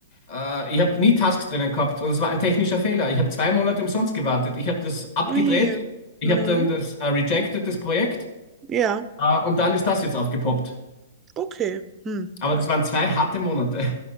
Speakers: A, on the left; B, on the right.
A: äh, ich habe nie Tasks drinnen gehabt und es war ein technischer Fehler. Ich habe zwei Monate umsonst gewartet. Ich habe das abgedreht,
B: Oh je.
A: ich
B: Mhm.
A: habe dann das äh, rejected, das Projekt,
B: Ja,
A: äh, und dann ist das jetzt aufgepoppt.
B: okay. Hm.
A: Aber das waren zwei harte Monate.